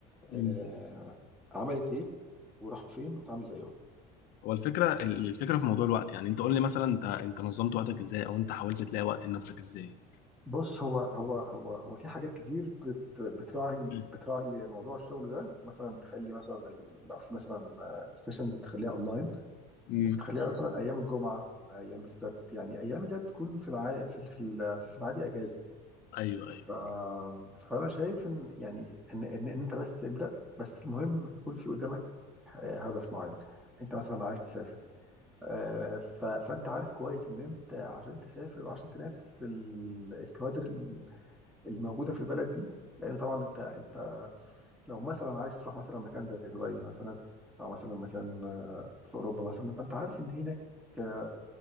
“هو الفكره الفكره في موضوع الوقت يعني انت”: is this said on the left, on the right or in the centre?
Left